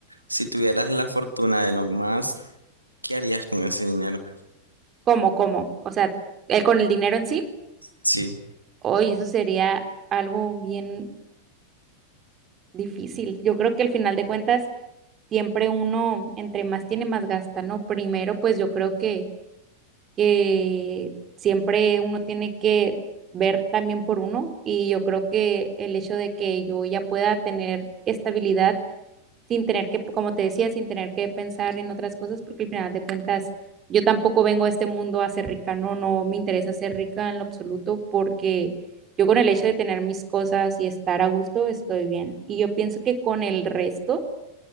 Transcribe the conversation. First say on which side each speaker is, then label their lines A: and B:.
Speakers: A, on the right (about 80°); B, on the right (about 30°).
A: si tuvieras la fortuna de Elon Musk, ¿qué harías con ese dinero?
B: ¿Cómo, cómo? O sea, eh, con el dinero en sí,
A: Sí.
B: hoy eso sería algo bien difícil. Yo creo que al final de cuentas, siempre uno, entre más tiene, más gasta, ¿no? Primero, pues yo creo que, que siempre uno tiene que ver también por uno y yo creo que el hecho de que yo ya pueda tener estabilidad sin tener que, como te decía, sin tener que pensar en otras cosas, porque al final de cuentas yo tampoco vengo a este mundo a ser rica, no, no me interesa ser rica en lo absoluto, porque yo con el hecho de tener mis cosas y estar a gusto estoy bien. Y yo pienso que con el resto